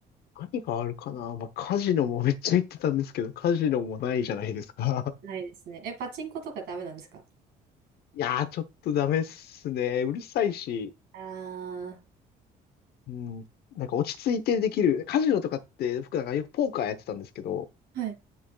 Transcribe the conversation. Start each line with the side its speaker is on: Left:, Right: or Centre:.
Left: 何があるかなまあ、カジノもめっちゃ言ってたんですけど、カジノもないじゃないですか。
Right: ないですね。え、パチンコとかダメなんですか
Left: <laughs> いやー、ちょっとダメっすね。うるさいし、
Right: あ
Left: うん、なんか落ち着いてできる。カジノとかって、僕なんかよくポーカーやってたんですけど、
Right: ー。はい。